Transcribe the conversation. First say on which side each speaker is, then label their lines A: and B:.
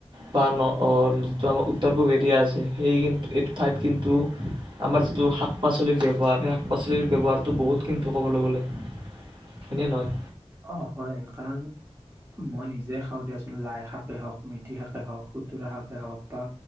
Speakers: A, on the right (about 45°); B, on the right (about 25°).
A: বা যিটো আমাৰ উত্তৰ পূব এৰিয়া আছে সেই এইটো ঠাইত কিন্তু আমাৰ যিটো শাক পাচলিৰ ব্যৱহাৰ সেই শাক পাচলিৰ ব্যৱহাৰটো বহুত কিন্তু ক'বলৈ গ'লে। এনে নহয়
B: অ হয় কাৰণ মই নিজে খাওঁ দিয়চোন লাই শাকে হওক, মিথি শাকে হওক, খুতুৰা শাকে হওক বা